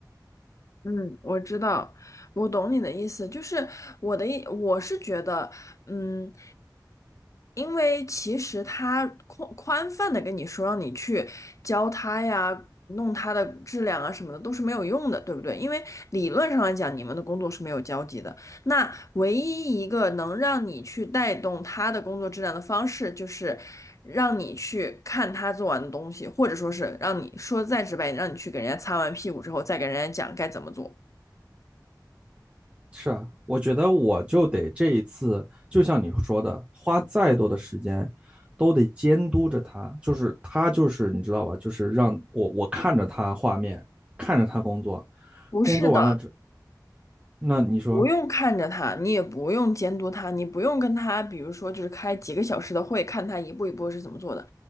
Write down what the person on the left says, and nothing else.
嗯，我知道，我懂你的意思，就是我的意，我是觉得，嗯，因为其实他宽宽泛的跟你说让你去教他呀，弄他的质量啊什么的都是没有用的，对不对？因为理论上来讲，你们的工作是没有交集的。那唯一一个能让你去带动他的工作质量的方式，就是让你去看他做完的东西，或者说是让你说的再直白一点，让你去给人家擦完屁股之后，再给人家讲该怎么做。
不是的，
不用看着他，你也不用监督他，你不用跟他，比如说就是开几个小时的会，看他一步一步是怎么做的，